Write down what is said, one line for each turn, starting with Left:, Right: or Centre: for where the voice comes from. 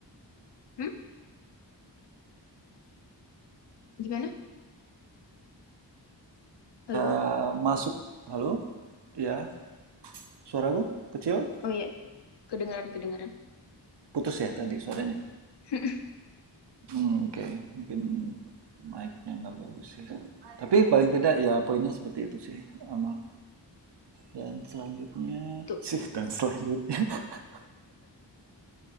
Left: hmm? Gimana? Halo?
Right: Ah, masuk halo ya suaraku kecil
Left: Oh iya, kedengaran kedengaran.
Right: putus ya tadi suaranya
Left: <laughs>
Right: Mmm, oke. Mungkin mic-nya nggak bagus sih. Tapi paling tidak ya poinnya seperti itu sih, Amal. dan selanjutnya
Left: Tuh,
Right: sih dan selanjutnya. <laughs>